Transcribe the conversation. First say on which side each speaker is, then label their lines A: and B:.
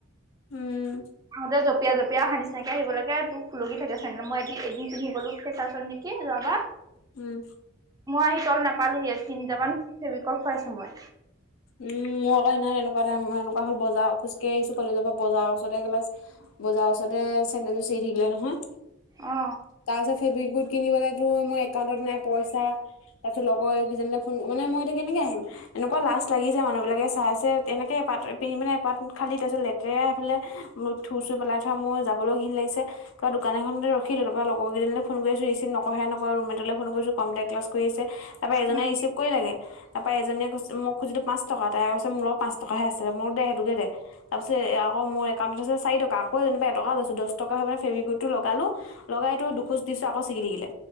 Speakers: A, on the left; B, on the right.
A: উম
B: আহোঁতে জঁপিয়াই জঁপিয়াই অহা নিচিনাকে আহিব লাগে তোক খুলগি থাকে চেন্দেল মই একদিন এদিন পিন্ধ গলো ফেছৱাছ নি কি যোৱা বাৰ
A: উম
B: মই আহি তল নাপালো সিয়েই তিনিটামান ফেবিকল খোৱাছো মই
A: উম মোৰ আক সেইদিনাখনি এনেকুৱা এটা মই এনেকুৱা হ'ল বজা খোজকাঢ়ি আহিছো কলেজৰ পৰা, বজাৰ ওচৰ কলেজ বজাৰ ওচতে চেণ্ডেলযোৰ চিগি থাকিলে নহয়,
B: অ
A: তাৰপিছত ফেব্ৰিকোইট কিনিবলেতো মোৰ একাউণ্টত নাই পইচা। তাৰ পাছত লগৰ এই কেজনীলে ফোন মানে মই এতিয়া কেনেকে আহিম, এনেকুৱা লাষ্ট লাগিছে মানুহ বিলাকে চাইছে, এনেকে এপাত পিন্ধি পিনে এপাত খালি, তাৰপিছত লেতেৰা এফালে, মোৰ থুৰ চুৰ পেলাই থোৱা মোৰ যাবলৈও ঘিন লাগিছে, কাবা দোকান এখনতে ৰখি দিলো তাৰপৰা লগৰ কেইজনীলে ফোন কৰিছো ৰিচিভ নকহে নকয়, ৰুমমেটলে ফোন কৰিছো কম্পিউটাৰ ক্লাছ কৰি আছে, তাৰপৰা এজনে
B: উম
A: ৰিচিভ কৰিলেগে, তাৰপৰা এজনীয়ে কৈছে মই খুজিলো। পাঁচ টকা, তাই কৈছে মোৰ লগত পাঁচ টকাহে আছে মোৰ দে সেইটোকে দে, তাৰ পিছতে এয়া আকৌ মোৰ একাউণ্টত আছে চাৰিটকা, আকৌ যেনিবা এটকা লৈছো দহ টকা হৈ মানে ফেব্ৰিকোইকটো লগালো, লগাইতো দুখোজ দিছো আকৌ চিগি থাকিলে,